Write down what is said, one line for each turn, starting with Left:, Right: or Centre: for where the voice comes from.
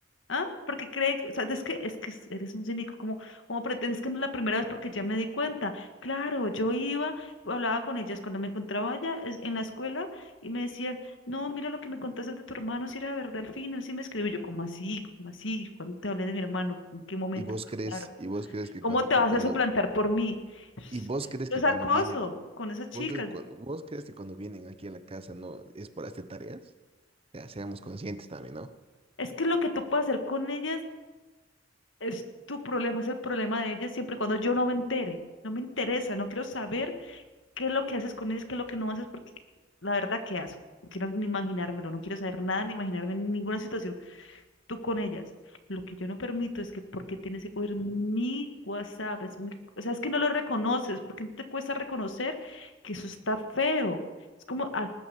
Left: ¿Ah? Porque cree que, o sea, es que, es que eres un cínico, como, como pretendes que no es la primera vez porque ya me di cuenta. Claro, yo iba, hablaba con ellas cuando me encontraba allá es- en la escuela y me decían, no, mira lo que me contaste de tu hermano, si era verdad al fin, él sí me escribió. Yo, ¿cómo así? ¿Cómo así? ¿Cuándo te hablé de mi hermano? ¿En qué momento?
Right: Y vos crees,
Left: Claro.
Right: y vos crees que
Left: ¿Cómo
Right: cuando,
Left: te
Right: que
Left: vas
Right: cuando,
Left: a suplantar por mí? <laughs>
Right: y vos crees
Left: Es
Right: que
Left: acoso
Right: cuando vienen,
Left: con esas chicas.
Right: vos crees que cuando, vos crees que cuando vienen aquí a la casa no es por hacer tareas. Ya, seamos conscientes también, ¿no?
Left: Es que lo que tú puedes hacer con ellas es tu problema, es el problema de ellas siempre y cuando yo no me entere. No me interesa, no quiero saber qué es lo que haces con ellos, qué es lo que no haces, porque la verdad, ¿qué haces? No quiero ni imaginármelo, no quiero saber nada, ni imaginarme en ninguna situación tú con ellas. Lo que yo no permito es que porque tienes que coger mi WhatsApp, es mi- o sea, es que no lo reconoces, porque no te cuesta reconocer que eso está feo. Es como